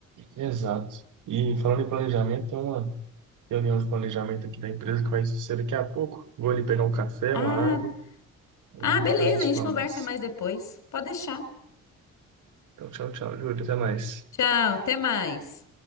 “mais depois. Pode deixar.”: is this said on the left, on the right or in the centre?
Left